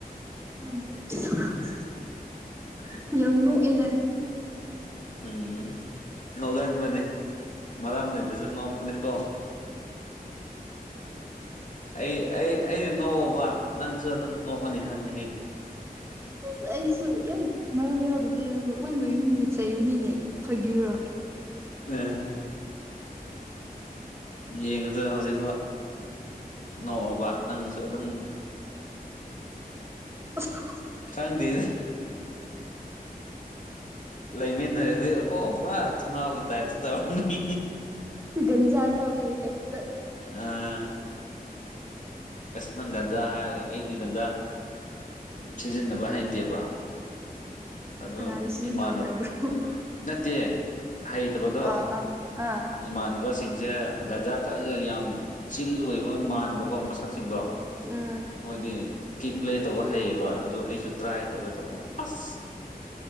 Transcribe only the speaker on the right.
<unintelligible>
ꯌꯝ ꯅꯣꯛꯑꯦ ꯅꯪ
ꯁꯤꯁ ꯑꯩꯁꯨ ꯌꯥꯝ ꯃꯔꯝ ꯌꯥꯎꯗꯕꯤ ꯅꯣꯛꯃꯟꯕꯒꯤ ꯃꯤꯅ ꯆꯩꯕꯅꯤꯅꯦ ꯐꯥꯒꯤꯔꯣ
<unintelligible>
ꯒꯟꯖꯥꯥꯆꯥꯕꯒꯤ ꯇꯏꯠꯇꯥ
ꯀꯅꯥꯅ ꯁꯤꯖꯤꯟꯅꯧ
ꯍꯥꯏꯕ꯭ꯔꯣ
ꯑꯥ ꯑꯥ ꯑꯥ
ꯎꯝ